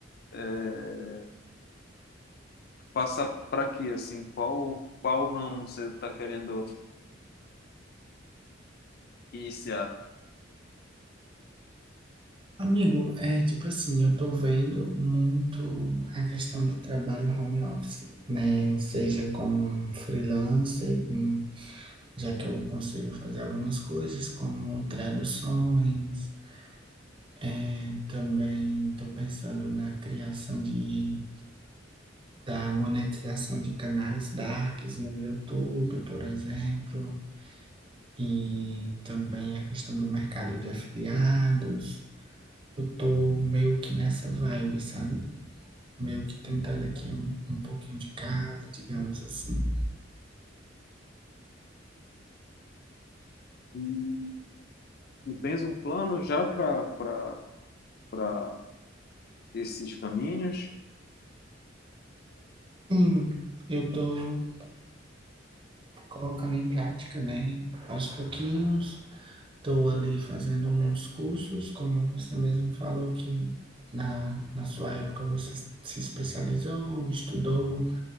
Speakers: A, on the left (about 55°); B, on the right (about 25°).
A: é, passar para quê, assim, qual qual ramo você está querendo iniciar?
B: Amigo, é tipo assim, eu tô vendo muito a questão do trabalho home office, né? Seja como um freelancer, hum, já que eu consigo fazer algumas coisas como traduções, É, também estou pensando na criação de, da monetização de canais darks no YouTube, por exemplo, e também a questão do mercado de afiliados. Eu estou meio que nessa vibe, sabe? Meio que tentando aqui um, um pouquinho de cada, digamos assim.
A: E tu tens um plano já para para para esses caminhos?
B: Sim, eu estou colocando em prática, né? Aos pouquinhos. Estou ali fazendo uns cursos, como você mesmo falou que na, na sua época você se especializou, estudou